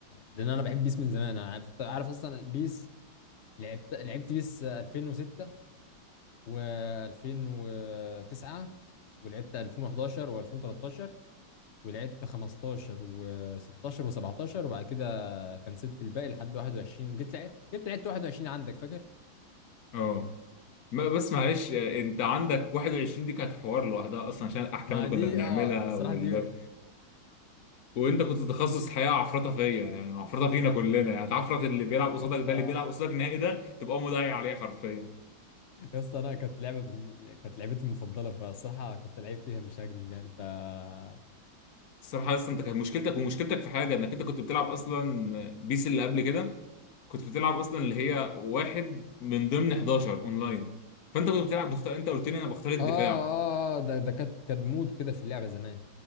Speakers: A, on the left; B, on the left.
A: لان انا بحب بيس من زمان انا عارف عارف اصلا بيس لعبت لعبت بيس 2006 و2009 ولعبت 2011 و2013 ولعبت 15 و16 و17 وبعد كده كنسلت الباقي لحد 21 جيت لعبت جيت لعبت 21 عندك فاكر؟
B: اه ما- بس معلش آه، انت عندك 21 دي كانت حوار لوحدها اصلا عشان الاحكام
A: ما
B: اللي
A: دي
B: كنا بنعملها
A: اه الصراحة
B: وال...
A: دي يا
B: وانت كنت تخصص الحقيقه عفرطه فيا يعني عفرطه فينا كلنا يعني تعفرط اللي بيلعب قصادك
A: اسطى
B: ده اللي بيلعب قصادك نهائي ده تبقى مضيع عليه حرفيا
A: يا اسطى انا كانت لعبة بم... كانت لعبتي المفضلة فالصراحة كنت لعيب فيها مش هكذب يعني ف اه
B: الصراحة اصلا انت كانت مشكلتك ومشكلتك في حاجة انك انت كنت بتلعب اصلا بيس اللي قبل كده كنت بتلعب اصلا اللي هي واحد من ضمن 11 اونلاين فانت كنت بتلعب بختار انت قلت لي انا بختار الدفاع
A: اه آه، ده ده كانت كانت مود كده في اللعبة زمان